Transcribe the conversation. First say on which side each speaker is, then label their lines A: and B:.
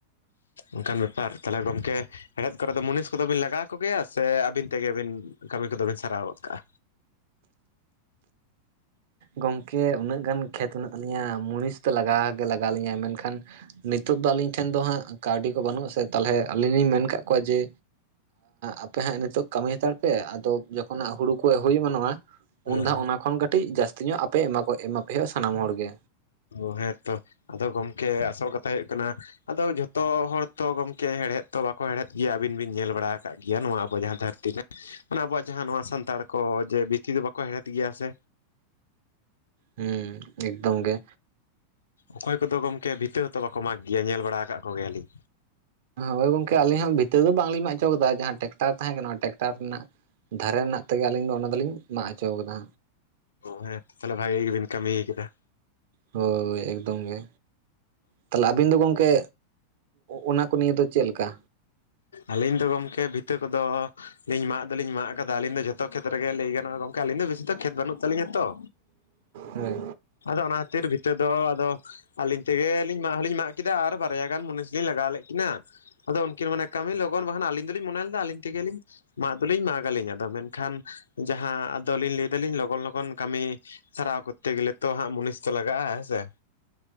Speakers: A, on the left; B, on the right.
A: ᱚᱱᱠᱟᱱ ᱵᱮᱯᱟᱨ ᱛᱟᱦᱚᱞᱮ ᱜᱚᱢᱠᱮ ᱦᱮᱲᱦᱮᱫ ᱠᱚᱨᱮ ᱫᱚ ᱠᱚᱫᱚ ᱵᱤᱱ ᱞᱟᱜᱟᱣ ᱠᱚᱜᱮᱭᱟ ᱟᱹᱵᱤᱱ ᱛᱮᱜᱮ ᱟᱵᱤᱱ ᱠᱟᱹᱢᱤ ᱠᱚᱫᱚ ᱵᱤᱱ ᱥᱟᱨᱟᱣ ᱜᱚᱫ ᱠᱟᱜᱼᱟ᱾
B: ᱜᱚᱝᱠᱮ ᱩᱱᱟᱹᱜ ᱜᱟᱱ ᱠᱷᱮᱛ ᱢᱮᱱᱟᱜ ᱛᱟᱞᱤᱧᱟ ᱢᱩᱲᱤᱥ ᱫᱚ ᱞᱟᱜᱟᱣᱮ ᱞᱟᱜᱟᱣ ᱞᱤᱧᱟᱭ ᱢᱮᱱ ᱮᱠᱷᱟᱱ ᱱᱤᱛᱚᱜ ᱫᱚ ᱟᱹᱞᱤᱧ ᱴᱷᱮᱱ ᱫᱚ ᱦᱟᱸᱜ ᱠᱟᱹᱣᱰᱤ ᱠᱚ ᱵᱟᱹᱱᱩᱜ ᱟᱥᱮ ᱛᱟᱦᱚᱞᱮ ᱟᱹᱞᱤᱧ ᱞᱤᱧ ᱢᱮᱱ ᱠᱟᱜ ᱠᱚᱣᱟ ᱡᱮ ᱟᱯᱮ ᱦᱟᱸᱜ ᱱᱤᱛᱚᱜ ᱠᱟᱹᱢᱤ ᱦᱟᱛᱟᱲ ᱯᱮ ᱟᱫᱚ ᱡᱚᱠᱷᱚᱱᱟᱜ ᱦᱩᱲᱩ ᱠᱚ ᱦᱩᱭ ᱢᱟᱱᱚᱜᱼᱟ
A: ᱦᱮᱸ
B: ᱩᱱᱫᱷᱟᱣ
A: ᱦᱮᱸ
B: ᱚᱱᱟ ᱠᱷᱚᱱ ᱠᱟᱹᱴᱤᱡ ᱡᱟᱹᱥᱛᱤ ᱧᱚᱜ ᱟᱯᱮ ᱮᱢᱟ ᱠᱚ ᱮᱢᱟ ᱯᱮ ᱦᱩᱭᱩᱜ ᱥᱟᱱᱟᱢ ᱦᱚᱲᱜᱮ᱾
A: ᱚ ᱦᱮᱸᱛᱚ ᱟᱫᱚ ᱜᱚᱢᱠᱮ ᱟᱥᱚᱞ ᱠᱟᱛᱷᱟ ᱦᱳᱭᱳᱜ ᱠᱟᱱᱟ᱾ ᱟᱫᱚ ᱡᱷᱚᱛᱚ ᱦᱚᱲ ᱛᱚ ᱜᱚᱝᱠᱮ ᱦᱮᱲᱦᱮᱫ ᱛᱚ ᱫᱚ ᱦᱮᱲᱦᱮᱫ ᱜᱮᱭᱟ ᱟᱹᱵᱤᱱ ᱵᱤᱱ ᱧᱮᱞ ᱵᱟᱲᱟ ᱠᱟᱜ ᱜᱮᱭᱟ ᱱᱚᱣᱟ ᱟᱵᱚ ᱡᱟᱦᱟᱸ ᱫᱷᱟᱹᱨᱛᱤ ᱨᱮ ᱢᱟᱱᱮ ᱟᱵᱚᱣᱟᱜ ᱡᱟᱦᱟᱸ ᱱᱚᱣᱟ ᱥᱟᱱᱛᱟᱲ ᱠᱚ ᱡᱮ ᱵᱤᱥᱛᱤ ᱫᱚ ᱵᱟᱠᱚ ᱦᱮᱲᱦᱮᱫ ᱜᱮᱭᱟ ᱥᱮ᱾
B: ᱦᱩᱸ ᱮᱠᱫᱚᱢ ᱜᱮ᱾
A: ᱚᱠᱚᱭ ᱠᱚᱫᱚ ᱜᱚᱝᱠᱮ ᱵᱷᱤᱛᱟᱹ ᱦᱚᱸᱛᱚ ᱵᱟᱠᱚ ᱢᱟᱜᱽ ᱜᱮᱭᱟ ᱧᱮᱞ ᱵᱟᱲᱟ ᱠᱟᱜ ᱠᱚᱜᱮᱭᱟᱞᱤᱧ᱾
B: ᱦᱳᱭ ᱜᱚᱝᱠᱮ ᱟᱹᱞᱤᱧ ᱦᱚᱸ ᱵᱷᱤᱛᱟᱹᱨ ᱫᱚ ᱵᱟᱝᱞᱤᱧ ᱮᱟᱜ ᱦᱚᱪᱚ ᱠᱮᱫᱟ ᱡᱟᱦᱟᱸ ᱴᱮᱠᱴᱟᱨ ᱛᱟᱦᱮᱸ ᱠᱟᱱᱟ ᱚᱱᱟ ᱴᱮᱠᱴᱟᱨ ᱨᱮᱱᱟᱜ ᱫᱷᱟᱨᱮ ᱨᱮᱱᱟᱜ ᱛᱮᱜᱮ ᱟᱹᱞᱤᱧ ᱫᱚ ᱚᱱᱟ ᱫᱚᱞᱤᱧ ᱢᱟᱜ ᱦᱚᱪᱚ ᱠᱟᱫᱟ᱾
A: ᱚ ᱦᱮᱸ ᱛᱟᱦᱚᱞᱮ ᱵᱷᱟᱜᱤ ᱜᱮᱵᱤᱱ ᱠᱟᱹᱢᱤᱭ ᱠᱮᱫᱟ᱾
B: ᱦᱳᱭ ᱮᱠᱫᱚᱢ ᱜᱮ᱾ ᱛᱟᱦᱚᱞᱮ ᱟᱵᱤᱱ ᱫᱚ ᱜᱚᱝᱠᱮ ᱚᱱᱟ ᱠᱚ ᱱᱤᱭᱟᱹ ᱫᱚ ᱪᱮᱫ ᱞᱮᱠᱟ?
A: ᱟᱹᱞᱤᱧ ᱫᱚ ᱜᱚᱢᱠᱮ ᱵᱷᱤᱛᱟᱹ ᱠᱚᱫᱚ ᱞᱤᱧ ᱢᱟᱜ ᱫᱚᱞᱤᱧ ᱢᱟᱜ ᱠᱟᱫᱟ ᱟᱞᱤᱧ ᱫᱚ ᱡᱷᱚᱛᱚ ᱠᱷᱮᱛᱨᱮᱜᱮ ᱞᱟᱹᱭ ᱜᱚᱝ ᱟᱹᱞᱤᱧ ᱫᱚ ᱵᱮᱥᱤ ᱫᱚ ᱠᱷᱮᱛ ᱵᱟᱹᱱᱩᱜ ᱛᱟᱹᱞᱤᱧᱟ ᱛᱚ᱾
B: ᱦᱳᱭ
A: ᱟᱫᱚ ᱚᱱᱟ ᱛᱤᱨ ᱵᱷᱤᱛᱟᱹ ᱫᱚ ᱟᱫᱚ ᱟᱹᱞᱤᱧ ᱛᱮᱜᱮᱞᱤᱧ ᱢᱟᱜ ᱦᱚᱞᱤᱧ ᱢᱟᱜ ᱠᱮᱫᱟ ᱟᱨ ᱵᱟᱨᱭᱟ ᱜᱟᱱ ᱢᱩᱱᱤᱥ ᱞᱤᱧ ᱞᱟᱜᱟᱣ ᱞᱮᱫ ᱠᱤᱱᱟ ᱟᱫᱚ ᱠᱤᱱ ᱢᱟᱱᱮ ᱠᱟᱹᱢᱤ ᱞᱚᱜᱚᱱ ᱵᱟᱝᱠᱷᱟᱱ ᱟᱹᱞᱤᱧ ᱫᱚᱞᱤᱧ ᱢᱚᱱᱮ ᱞᱮᱫᱟ ᱟᱹᱞᱤᱧ ᱛᱮᱜᱮᱞᱤᱧ ᱢᱟᱜ ᱫᱚᱞᱤᱧ ᱢᱟᱜᱽ ᱟᱹᱞᱤᱧ ᱟᱫᱚ ᱢᱮᱱᱠᱷᱟᱱ ᱡᱟᱦᱟᱸ ᱟᱫᱚᱞᱤᱧ ᱞᱟᱹᱭ ᱫᱟᱞᱤᱧ ᱞᱚᱜᱚᱱ ᱞᱚᱜᱚᱱ ᱠᱟᱹᱢᱤ ᱥᱟᱨᱟᱣ ᱠᱚᱨᱛᱮ ᱜᱮᱞᱮ ᱛᱚ ᱦᱟᱸᱜ ᱢᱩᱱᱤᱥ ᱛᱚ ᱞᱟᱜᱟᱜᱼᱟ ᱦᱮᱸ ᱥᱮ᱾